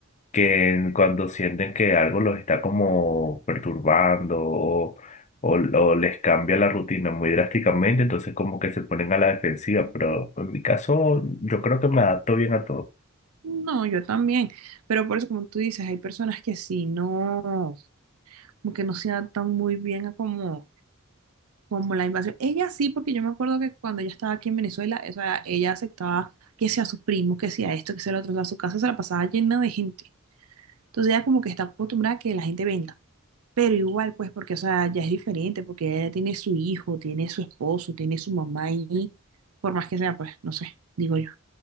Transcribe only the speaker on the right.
No, yo también. Pero por eso, como tú dices, hay personas que sí, no, como que no se adaptan muy bien a como como la invasión. Ella sí, porque yo me acuerdo que cuando ella estaba aquí en Venezuela, o sea, ella aceptaba que sea sus primos, que sea esto, que sea lo otro, o sea, su casa se la pasaba llena de gente. Entonces ella como que está acostumbrada a que la gente venga. Pero igual, pues, porque, o sea, ya es diferente, porque ella tiene su hijo, tiene su esposo, tiene su mamá y por más que sea, pues, no sé, digo yo.